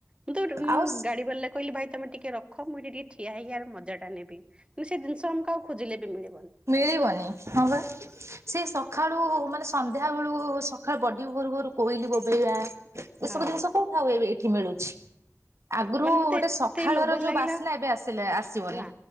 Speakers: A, on the right; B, on the right.
A: ମୁଁ ତ ମୁଁ
B: ଆଉ
A: ଗାଡି ବାଲା କହିଲି ଭାଇ ତମେ ଟିକେ ରଖ, ମୁଁ ଏଠି ଟିକେ ଠିଆ ହେଇକି ଆର ମଜା ଟା ନେବି। କିନ୍ତ ସେ ଜିନିଷ ଆମକୁ ଆଉ ଖୋଜିଲେ ବି ମିଳିବନି।
B: ମିଳିବନି। ହଁ ବା। ସେ ସଖାଳୁ ମାନେ ସନ୍ଧ୍ୟା ବେଳୁ ସକାଳୁ ବଡି ଭୋରୁ ଭୋରୁ, କୋଇଲି ବୋବେଇବା ଏସବୁ
A: ହଁ
B: ଜିନିଷ କୋଉଠୁ ଆଉ ଏବେ ଏଠି ମିଳୁଛି। ଆଗରୁ
A: ମାନେ ମତେ
B: ଗୋଟେ
A: ଏତେ
B: ସକାଳର
A: ଲୋଭ
B: ଯୋଉ
A: ଲାଗିଲା
B: ବାସ୍ନା ଏବେ ଆସିଲେ ଆସିବନି।
A: ନା।